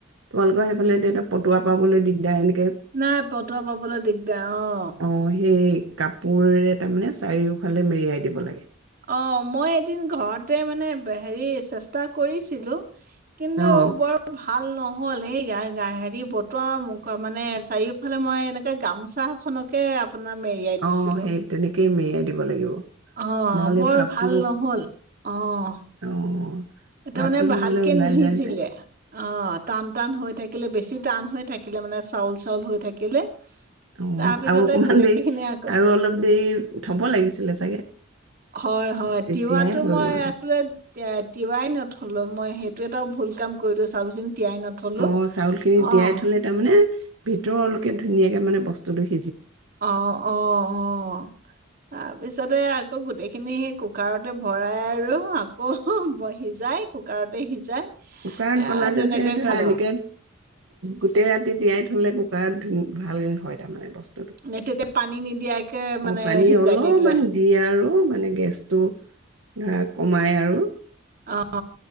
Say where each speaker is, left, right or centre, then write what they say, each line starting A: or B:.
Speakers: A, on the right; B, on the right.
A: তোমালোকৰ সেইফালে এতিয়া এ পতোৱা পাবলৈ দিগদাৰ এনে
B: নাই পতোৱা পাবলৈ দিগদাৰ অ।
A: অ', সেই কাপোৰে তাৰমানে চাৰিওফালে মেৰিয়াই দিব লাগে।
B: অ মই এদিন ঘৰত তাতে মানে হেৰি চে টা কৰিছিলোঁ, কিন্তু
A: অ',
B: বৰ ভাল ন হ'ল, সেই গা হেৰি বতৰ মানে, চাৰিওফালে মই এনেকে গামোচাখনকে আপোনাৰ মেৰিয়াই দিছিলোঁ,
A: অ', সেই তেনেকেই মেৰিয়াই দিব লাগিব।
B: অ'।
A: নহ'লে
B: বৰ
A: ভাপটো
B: ভাল নহ'ল, অ'।
A: অ',
B: এটো
A: ভাপটো
B: মানে
A: নহ'লে
B: ভালকে
A: ওলাই
B: নিসিজিলে।
A: যায় যে।
B: অ', টান-টান হৈ থাকিলে বেছি টান হৈ থাকিলে মানে চাউল-চাউল হৈ থাকিলে।
A: অ',
B: তাৰ পিছতে
A: আৰু অকমান
B: গোটেইখিনি
A: দেৰি
B: আকৌ
A: আৰু অলপ দেৰি থ'ব লাগিছিলে চাগে।
B: হয়-হয়,
A: তেতিয়াই
B: তিৱাতটো
A: হৈ
B: মই
A: গ'ল দে।
B: আছিলে আঃ, তি-তিৱাই ন হ'লও মই সেইটো এটাও ভুল কাম কৰিলোঁ, চাউলখিনি তিয়াই নথলো
A: অ', চাউলখিনি
B: অ'
A: তিয়াই থলে তাৰমানে ভিতৰলৈকে ধুনীয়াকে মানে বস্ <unintelligible>
B: অ'-অ'-অ'। তাৰ পিছতে আকৌ গোটেইখিনি‌ সেই কুকাৰতে ভৰাই আৰু আকৌ সিজাই কুকাৰতে সিজাই
A: কুকাৰত
B: এ
A: বনালেও
B: তেনেকে
A: হে ধৰা
B: খালো
A: এনেকে গোটেই ৰাতি তিয়াই থ'লে কুকাৰত উম্ ভাল হয় তাৰমানে বস্।
B: এ, তেতিয়া পানী নিদিয়াকে মানে
A: অ', পানী
B: সিজাই
A: অলপমান
B: দি দিলে
A: দিয়ে আৰু মানে গেছটো ধৰা কমায় আৰু
B: <inaudible>